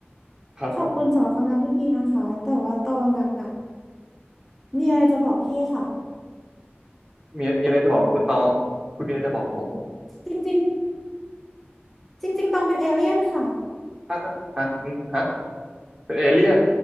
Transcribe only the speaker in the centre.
ขอบคุณสำหรับคำแนะนำที่ดีนะคะแต่ว่าตองอะมีอะไรจะบอกพี่ค่ะ
จริงๆจริงๆตองเป็นเอเลี่ยนค่ะ